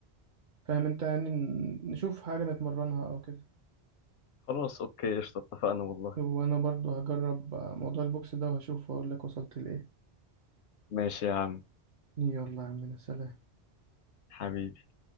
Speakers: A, on the right (about 50°); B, on the left (about 85°).
A: فاهم انت يعني ن- نشوف حاجه نتمرنها او كده
B: خلاص اوكي قشطه اتفقنا والله
A: وانا برضو هجرب موضوع البوكس ده وهشوف واقول لك وصلت لايه
B: ماشي يا عم
A: يلا يا عم سلام
B: حبيبي